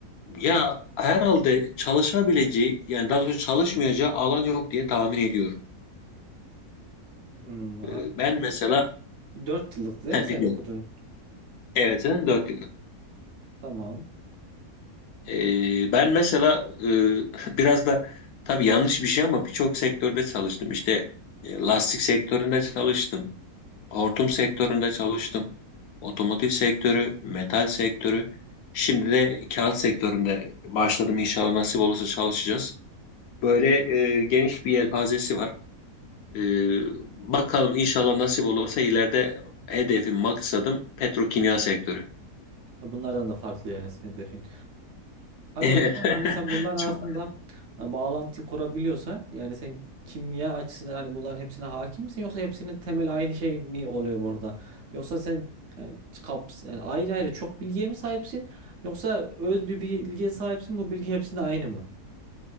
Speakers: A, on the left; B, on the right.
A: ya herhalde çalışabileceği yani daha doğrusu çalışmayacağı alan yok diye tahmin ediyorum.
B: Hmm, abi
A: Ee, ben mesela
B: 4 yıllıktı değil
A: ha,
B: mi sen
A: dinliyorum.
B: okudun?
A: Evet, 4 yıllık.
B: Tamam.
A: Ee, ben mesela e, <laughs> biraz da tabii yanlış bir şey ama birçok sektörde çalıştım. İşte e, lastik sektöründe çalıştım. Hortum sektöründe çalıştım. Otomotiv sektörü, metal sektörü. Şimdi de kağıt sektöründe başladım. İnşallah nasip olursa çalışacağız. Böyle e, geniş bir yelpazesi var. E, bakalım inşallah nasip olursa ileride hedefim, maksadım petrokimya sektörü.
B: Ha, Bunlardan da farklı yani senin hedefin. Abi
A: Evet.
B: o zaman
A: <laughs>
B: hani sen bunların
A: Çok-
B: arasında e, bağlantı kurabiliyorsan yani sen kimya açısından hani bunların hepsine hakim misin yoksa hepsinin temel aynı şey mi oluyor burada? Yoksa sen yani, kaps yani ayrı ayrı çok bilgiye mi sahipsin yoksa öz bir bilgiye sahipsin bu bilgi hepsinde aynı mı?